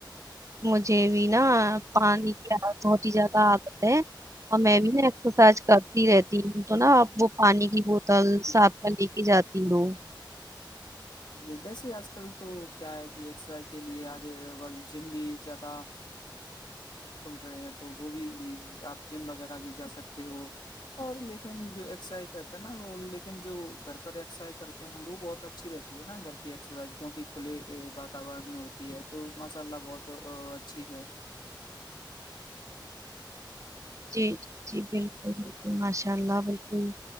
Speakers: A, on the right; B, on the left.
A: مجھے بھی نا پانی کی بہت ہی زیادہ عادت ہے اور میں بھی نا ایکسرسائز کرتی رہتی ہوں تو نا اب وہ پانی کی بوتل تل سات میںں لے کے جاتی ہوں
B: ویسے آج کل تو کیا ہے کہ ایکرسائز کے لیے آج جم بھی زیادہ کھل رہے ہیں تو وہ بھی آپ جم وغیرہ بھی جا سکتے ہو اور لیکن جو ایکسرسائز کرتے ہیں نا وہ لیکن جو گھر پر ایکسرسائز کرتے ہیں وہ بہت اچھا اچھی رہتی ہے نا گھر کی ایکسرسائز کیونکہ کھلے واتاورن میں ہوتی ہے تو ماشاء اللہ بہت اچی ہے
A: جی جی جی بالکل بالکل ماشاء اللہ بالکل